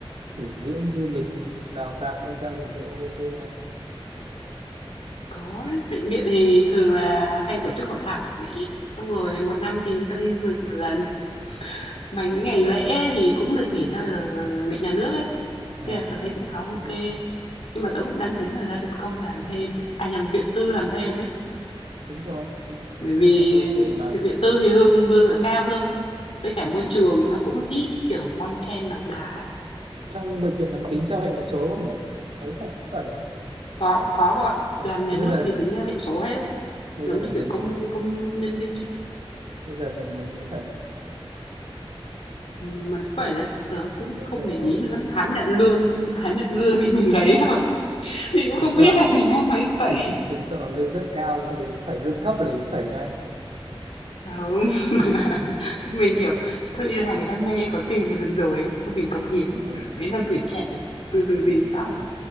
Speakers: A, on the right; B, on the left.
A: nghỉ dưỡng du lịch đào tạo nâng cao trình độ ok không
B: Có đấy, bệnh viện thì thường là hay tổ chức hội thảo hội nghị, xong rồi một năm thì cho đi du lịch một lần. Mấy cái ngày lễ thì cũng được nghỉ theo giờ lịch nhà nước ấy,
A: à,
B: nên
A: à,
B: là tớ thấy cũng khá
A: ok,
B: ok Nhưng mà tớ cũng đang
A: à,
B: tính là ra viện công làm thêm ấy, à, nhầm, viện tư làm thêm ấy,
A: đúng rồi tôi tôi nghĩ
B: bởi vì
A: là cậu ok mà
B: bệnh viện tư thì lương lương là cao hơn, với cả môi
A: Ừ.
B: trường nó cũng ít, kiểu, bon chen đấu đá ấy.
A: trong bệnh viện là có tính theo hệ số không nhỉ ấy phải phải đó
B: Có, có các bạn
A: à
B: Làm nhà
A: thế bây
B: nước
A: giờ
B: thì tính theo hệ số hết ấy,
A: bây
B: giống
A: giờ được
B: như,
A: mấy
B: kiểu,
A: mấy
B: công công nhân viên
A: bây giờ được mấy mấy phải là
B: Ừm, phải vậy tớ cũng
A: ờ,
B: không
A: hệ
B: để ý
A: số
B: nữa, tháng nhận lương, mỗi tháng nhận lương thì mình lấy thôi, mình cũng
A: chứng
B: không biết
A: tỏ
B: là mình đang mấy phẩy.
A: chứng chứng tỏ lương rất cao lương đấy phải lương thấp ở đấy phải ngay
B: Không, <laughs> mình, kiểu, thôi đi làm vì đam mê, có tiền là được rồi ấy, thôi mình cống hiến,
A: ok
B: mấy năm tuổi trẻ, từ từ đi
A: ừ,
B: sau.
A: ừ,